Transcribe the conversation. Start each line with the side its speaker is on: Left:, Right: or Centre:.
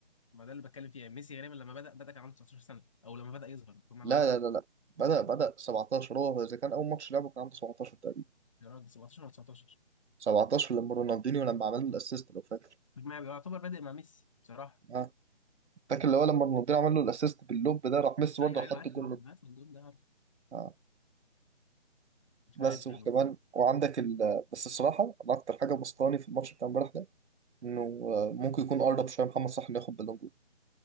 Left: ما ده اللي بتكلم فيه يعني ميسي غالبا لما بدا بدا كان عنده 19 سنه او لما بدا يظهر بمعنى
Right: لا
Left: صح
Right: لا لا لا بدأ بدأ 17 هو اذا كان اول ماتش لعبه كان عنده 17 تقريبا
Left: يا راجل 17 ولا 19
Right: 17 لما رونالدينيو لما عمل له الاسيست لو فاكر
Left: ما يعتبر بادئ مع ميسي بصراحه
Right: اه فاكر اللي هو لما رونالدينيو عمل له الاسيست باللوب ده راح ميسي برضه
Left: ايوه ايوه
Right: حط
Left: عارف
Right: الجول لوب.
Left: عارف الجول ده عارف
Right: اه
Left: مش
Right: بس
Left: عارف
Right: وكمان
Left: يعني
Right: وعندك ال... بس الصراحه انا اكتر حاجه بسطاني في الماتش بتاع امبارح ده انه آه، ممكن يكون اقرب شويه محمد صلاح انه ياخد بالون دور